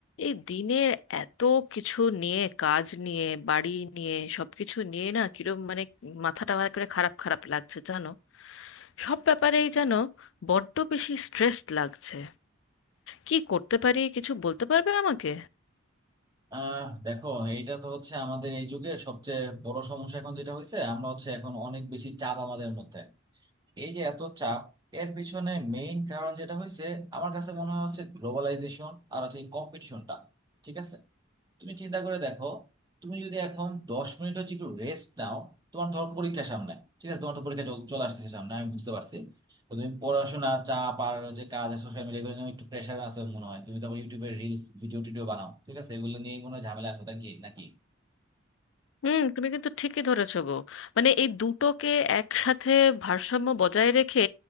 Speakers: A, on the left (about 70°); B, on the right (about 20°).
A: এই দিনের এত কিছু নিয়ে কাজ নিয়ে বাড়ি নিয়ে সবকিছু নিয়ে না কিরম মানে মাথাটা ভালো করে খারাপ খারাপ লাগছে জানো সব ব্যাপারেই যেন বড্ড বেশি স্ট্রেসড লাগছে কি করতে পারি কিছু বলতে পারবে আমাকে
B: আহ দেখো এটা তো হচ্ছে আমাদের এই যুগের সবচেয়ে বড় সমস্যা এখন যেটা হয়েছে আমরা হচ্ছে এখন অনেক বেশি চাপ আমাদের মধ্যে এই যে এত চাপ এর পিছনে মেইন কারণ যেটা হয়েছে আমার কাছে মনে হয় হচ্ছে গ্লোবালাইজেশন আর হচ্ছে কম্পিটিশনটা ঠিক আছে তুমি চিন্তা করে দেখো তুমি যদি এখন দশ মিনিট হচ্ছে একটু রেস্ট নাও তোমার ধর পরীক্ষা সামনে ঠিক আছে তোমার তো পরীক্ষা চল- চলে আসতেছে সামনে আমি বুঝতে পারছি তো তুমি পড়াশোনা চাপ আর যে কাজ সোশ্যাল মিডিয়া এগুলো নিয়ে একটু প্রেশার আছে মনে হয় তুমি তো আবার ইউটিউবে রিলস ভিডিও টিডিও বানাও ঠিক আছে এগুলো নিয়ে মনে হয় ঝামেলা আছে নাকি নাকি
A: হুম তুমি কিন্তু ঠিকই ধরেছো গো মানে এই দুটোকে একসাথে ভারসাম্য বজায় রেখে